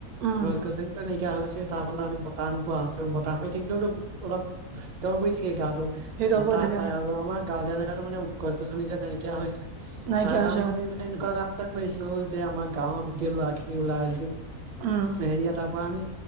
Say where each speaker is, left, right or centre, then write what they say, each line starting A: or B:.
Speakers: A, on the right; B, on the right.
A: উম।
B: গছ গছনিতো নাইকিয়া হৈ গৈছে, তাৰ ফলত আমি বতাহ নোপোৱা হৈছোঁ, বতাহ মাৰি থাকিলেওতো অলপ শীতল পৰি থাকে গাটো
A: শীতল
B: বতাহ
A: পৰি থাকে
B: পায়, আৰু আমাৰ গাঁৱলীয়া জেগাত মানে গছ গছনি যে, নাইকিয়া হৈছে,
A: নাইকিয়া
B: তাৰ কাৰণ
A: হৈছে আৰু
B: আমি মানে এনেকুৱা কাম তাক কৰিছোঁ যে আমাৰ গাঁৱৰ গোটেই ল'ৰা খিনি ওলাই আহি
A: উম,
B: হেৰি তাৰ পৰা আমি